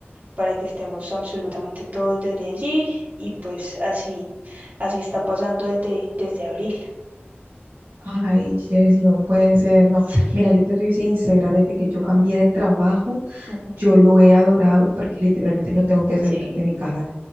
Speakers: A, on the right; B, on the right.
A: para que estemos absolutamente todos desde allí y pues así, así está pasando desde, desde abril.
B: Ay, Jessy, no puede ser, no.
A: Sí,
B: Mira, yo te soy sincera, desde que yo cambié de trabajo,
A: Ujú,
B: Yo lo he adorado porque literalmente no tengo que salir
A: Sí,
B: de mi casa.